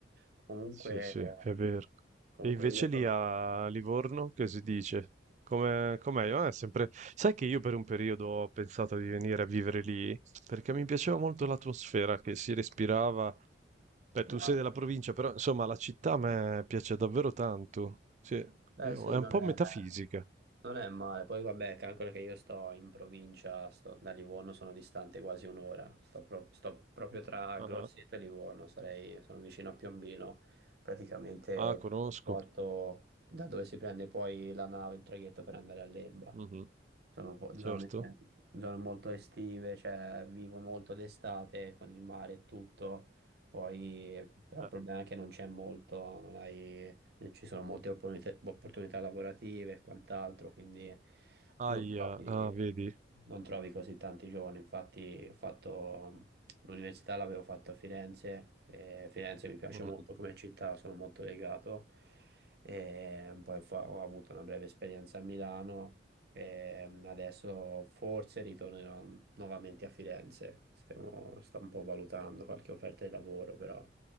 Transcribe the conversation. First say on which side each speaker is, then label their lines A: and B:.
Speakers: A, on the right; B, on the right.
A: Comunque,
B: Sì, sì, è
A: ehm,
B: vero.
A: comunque
B: E invece
A: io sono...
B: lì a Livorno che si dice? Come, com'è? Ah, è sempre... Sai che io per un periodo ho pensato di venire a vivere lì perché mi piaceva molto l'atmosfera che si respirava. Beh, tu
A: Ma,
B: sei della provincia, però insomma la città a me piace davvero tanto. Sì,
A: beh
B: io-
A: sì,
B: è
A: non
B: un po'
A: è,
B: metafisica.
A: non è male. Poi vabbè, calcola che io sto in provincia, sto, da Livorno sono distante quasi un'ora. Sto, pro- sto proprio tra
B: Ah,
A: Grosseto e Livorno, sarei, sono vicino a Piombino, praticamente
B: ah,
A: il
B: conosco.
A: porto da dove si prende poi la nave, il traghetto per andare all'Elba.
B: Mhm,
A: Sono po-
B: Certo.
A: zone, zone molto estive, cioè vivo molto d'estate con il mare e tutto, poi però
B: Eh,
A: il problema è che non c'è molto, non hai- non ci sono molte opportunità, opportunità lavorative e quant'altro, quindi
B: Aia,
A: non trovi,
B: ah, vedi?
A: non trovi così tanti giovani. Infatti ho fatto l'università l'avevo fatto a Firenze, e Firenze mi piace
B: Mhm.
A: molto come città, sono molto legato e poi fa- ho avuto una breve esperienza a Milano e adesso forse ritornerò nuovamente a Firenze. Stiamo- sto un po' valutando qualche offerta di lavoro, però